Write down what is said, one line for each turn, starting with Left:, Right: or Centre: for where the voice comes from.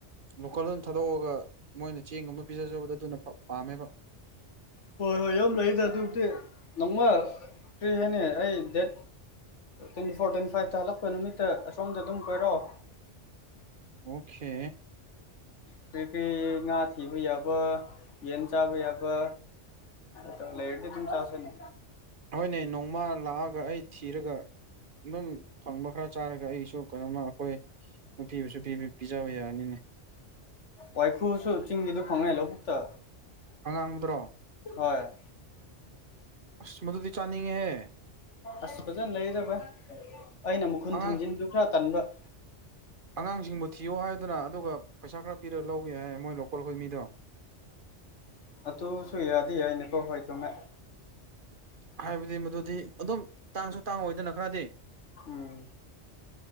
Right: ꯂꯣꯀꯜ ꯗ ꯑꯗꯨꯝ ꯊꯥꯗꯣꯛꯑꯒ ꯃꯣꯏꯅ ꯆꯦꯡ ꯑꯃ ꯄꯤꯖꯖꯕꯗꯣ ꯑꯗꯨꯅ ꯄꯥ ꯄꯥꯝꯃꯦꯕ꯫
Left: ꯍꯣꯏ ꯍꯣꯏ ꯌꯥꯝ ꯂꯩꯌꯦꯗ ꯑꯗꯨꯗꯤ ꯅꯣꯡꯃ ꯀꯔꯤ ꯍꯥꯏꯅꯤ ꯑꯩ ꯗꯦꯠ ꯇ꯭ꯋꯦꯟꯇꯤꯐꯣꯔ ꯇ꯭ꯋꯦꯟ ꯐꯥꯏꯚꯇ ꯍꯜꯂꯛꯄ ꯅꯨꯃꯤꯠꯇ ꯑꯁꯣꯝꯗ ꯑꯗꯨꯝ ꯀꯣꯏꯔꯛꯑꯣ꯫
Right: ꯑꯣꯈꯦ꯫
Left: ꯀ꯭ꯔꯤ ꯀ꯭ꯔꯤ ꯉꯥ ꯊꯤꯕ ꯌꯥꯕ ꯌꯦꯟ ꯆꯥꯕ ꯌꯥꯕ꯫ ꯇ ꯂꯩꯌꯦꯗꯤ ꯑꯗꯨꯝ ꯆꯥꯁꯦꯅꯦ꯫
Right: ꯍꯣꯏꯅꯦ ꯅꯣꯡꯃ ꯂꯥꯛꯑꯒ ꯑꯩ ꯊꯤꯔꯒ ꯑꯗꯨꯝ ꯐꯪꯕ ꯈꯔ ꯆꯥꯔꯒ ꯑꯩꯁꯨ ꯀꯩꯅꯣꯝꯃ ꯑꯈꯣꯏ ꯅꯨꯄꯤꯕꯨꯁꯨ ꯄꯤꯕ ꯄꯤꯖꯕ ꯌꯥꯅꯤꯅꯦ꯫
Left: ꯋꯥꯏꯈꯨ꯭ꯔꯁꯨ ꯆꯤꯡꯒꯤꯗꯨ ꯐꯪꯉꯦ ꯂꯕꯨꯛꯇ
Right: ꯑꯉꯥꯡꯕꯗ꯭ꯔꯣ꯫
Left: ꯍꯣꯏ꯫
Right: ꯑꯁ ꯃꯗꯨꯗꯤ ꯆꯥꯟꯅꯤꯡꯉꯦꯍꯦ꯫
Left: ꯑꯁ ꯐꯖꯟ ꯂꯩꯌꯦꯗ ꯚꯥꯢ ꯑꯩꯅ ꯃꯈꯨꯟ
Right: ꯑꯉꯥꯡ
Left: ꯊꯤꯡꯖꯤꯟꯗꯨ ꯈꯔ ꯇꯟꯕ꯫
Right: ꯑꯉꯥꯡꯁꯤꯡꯕꯨ ꯊꯤꯌꯣ ꯍꯥꯏꯌꯨꯗꯅ ꯑꯗꯨꯒ ꯄꯩꯁꯥ ꯈꯔ ꯄꯤꯔꯒ ꯂꯧꯕ ꯌꯥꯏ ꯃꯣꯏ ꯂꯣꯀꯜꯈꯣꯏ ꯃꯤꯗꯣ꯫
Left: ꯑꯗꯨꯁꯨ ꯌꯥꯗꯤ ꯌꯥꯏꯅꯦꯀꯣ ꯍꯣꯏ ꯆꯨꯝꯃꯦ꯫
Right: ꯍꯥꯏꯕꯗꯤ ꯃꯗꯨꯗꯤ ꯑꯗꯨꯝ ꯇꯥꯡꯁꯨ ꯇꯥꯡꯑꯣꯏꯗꯅ ꯈꯔꯗꯤ꯫
Left: ꯎꯝ